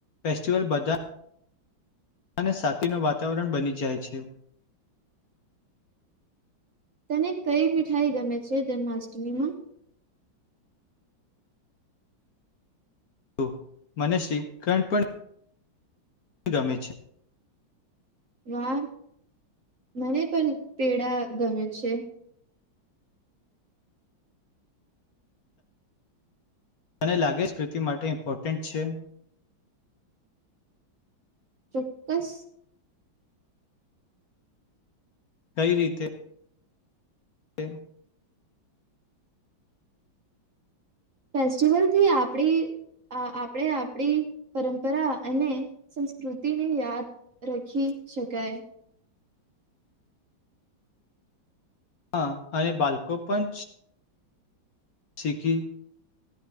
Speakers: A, on the left; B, on the right.
A: ફેસ્ટિવલ બધાધા અને સાતીનું વાતાવરણ બની જાય છે.
B: તને કઈ મીઠાઈ ગમે છે જન્માષ્ટમીમાં?
A: તો મને શ્રી કણ પણ ગમે છે.
B: વાહ, મને પણ પેડા ગમે છે.
A: તને લાગે જ કૃતિ માટે ઇમ્પોર્ટન્ટ છે?
B: ચોક્કસ.
A: કઈ રીતે? કે?
B: ફેસ્ટિવલથી આપણી આપણે આપણી પરંપરા અને સંસ્કૃતિને યાદ રાખી શકાય.
A: હા અને બાળકો પણ શીખી